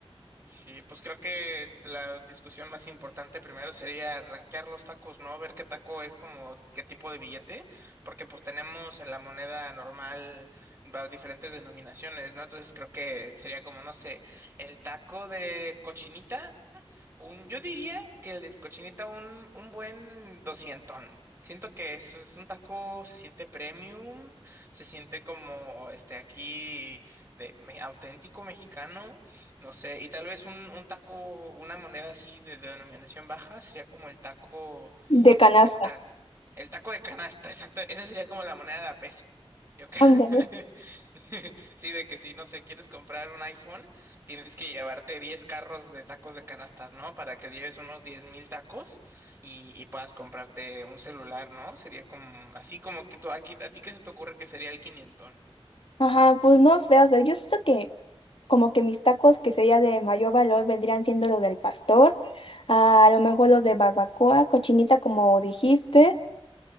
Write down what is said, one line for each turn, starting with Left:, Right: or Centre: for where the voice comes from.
Right: Sí, pues creo que la discusión más importante primero sería rankear los tacos, ¿no? Ver qué taco es como qué tipo de billete, porque pues tenemos en la moneda normal va- diferentes denominaciones, ¿no? Entonces creo que sería como, no sé, el taco de cochinita. Un, yo diría que el de cochinita un, un buen doscientón. Siento que eso es un taco, se siente premium, se siente como este aquí de me- auténtico mexicano, no sé, y tal vez un, un taco, una moneda así de, denominación baja, sería como el taco.
Left: de canasta.
Right: El, ta- el taco de canasta, exacto. Esa sería como la moneda de a peso. Yo creo.
Left: Ándale.
Right: <laughs> Sí, de que si, no sé, quieres comprar un iPhone, tienes que llevarte 10 carros de tacos de canastas, ¿no? Para que lleves unos diez mil tacos y, y puedas comprarte un celular, ¿no? Sería como, así como que tú, aquí, a ti, ¿qué se te ocurre que sería el quinientón?
Left: Ajá, pues no sé, o sea, yo siento que como que mis tacos que sería de mayor valor vendrían siendo los del pastor, a lo mejor los de barbacoa, cochinita como dijiste,